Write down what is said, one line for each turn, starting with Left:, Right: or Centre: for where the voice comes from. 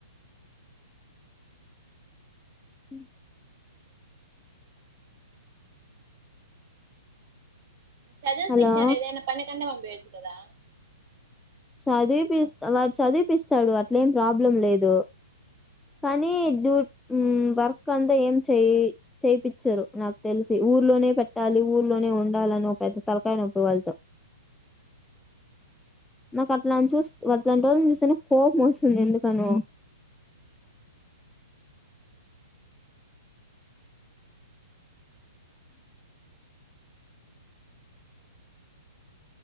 Centre: ఉ
Right: చదువు
Centre: హలో
Right: పిచ్చారు ఏదైనా పనీ కన్న పంపియచ్చు కదా
Centre: సదివి పిస్తే వాడు చదివిపిస్తాడు అట్లే ఏం ప్రాబ్లం లేదు. కానీ డ్యూ వర్కంత ఏం చేయి చేయిపిచ్చరు నాకు తెలిసి ఊర్లోనే పెట్టాలి. ఊర్లోనే ఉండాలని ఒక పెద్ద తలకాయి నొప్పి వాళ్ళతో నా కట్లా చూస్ వల్ల రెండు రోజులు మిస్ అయిన కోపం వస్తుంది. ఎందుకనో